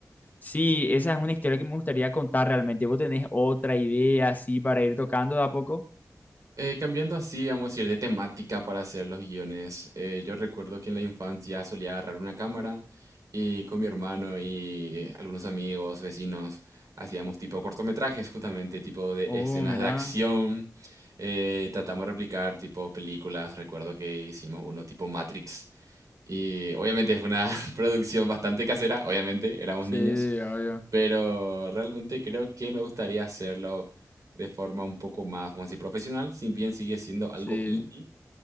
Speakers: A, on the left; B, on the right.
A: Sí, esa es una historia que me gustaría contar realmente. ¿Vos tenés otra idea así para ir tocando de a poco?
B: Eh, cambiando así, vamos a ir de temática para hacer los guiones. Eh, yo recuerdo que en la infancia solía agarrar una cámara y con mi hermano y algunos amigos, vecinos, hacíamos tipo cortometrajes justamente, tipo de
A: Oh,
B: escenas
A: mira.
B: de acción. Eh, tratamos de replicar tipo películas. Recuerdo que hicimos uno tipo Matrix. Y obviamente es una <laughs> producción bastante casera, obviamente éramos
A: Sí,
B: niños,
A: obvio.
B: pero realmente creo que me gustaría hacerlo de forma un poco más, vamos a decir, profesional, si bien sigue siendo algo
A: Sí,
B: indie,